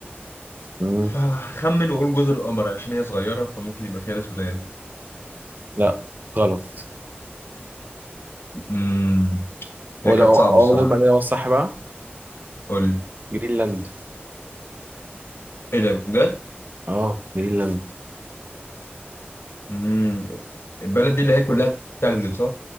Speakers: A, on the right; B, on the left.
A: امم
B: فهخمن واقول جزر القمر عشان هي صغيره فممكن يبقى فيها ناس قليله
A: لا غلط
B: امم هي
A: هو
B: كانت
A: ده اقول
B: صعبة الصراحة
A: لك بقى ده هو الصح بقى
B: قول لي
A: جرينلاند
B: ايه ده بجد؟
A: اه جرينلاند
B: امم البلد دي اللي هي كلها تلج صح؟